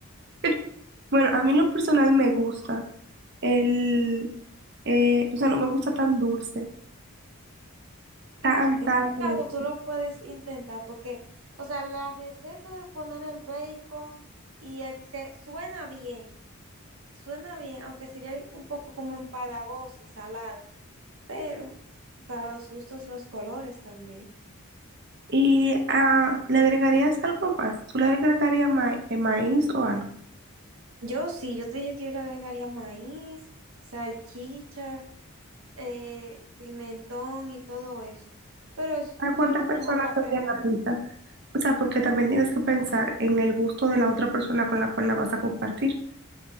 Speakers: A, on the right; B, on the right.
A: <laughs> Bueno, a mí en lo personal me gusta. el, eh, o sea, no me gusta tan dulce, tan,
B: En
A: tan
B: este
A: dulce.
B: caso, tú lo puedes intentar porque, o sea, la receta de poner el bacon y el se suena bien, suena bien, aunque sería un poco como empalagosa y salada, pero para los gustos, los colores también.
A: Y ah, ¿le agregarías algo más? ¿Tú le agregarías ma- eh, maíz o algo?
B: Yo sí, yo te dije que yo le agregaría maíz, salchicha, eh, pimentón y todo eso, pero eso
A: ¿Para cuántas
B: es algo
A: personas
B: como que a
A: hacían
B: preferencia,
A: la pizza? O sea, porque también tienes que pensar en el gusto de la otra persona con la cual la vas a compartir.